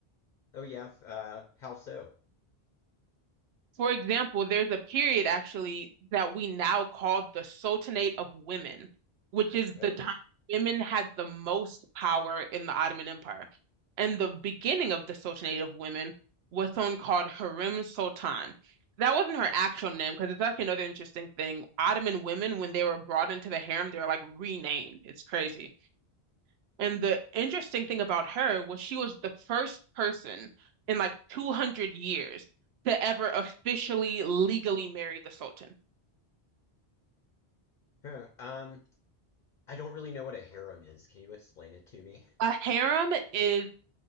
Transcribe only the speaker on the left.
Oh yeah, f- uh, how so?
Oh,
huh. Um, I don't really know what a harem is. Can you explain it to me?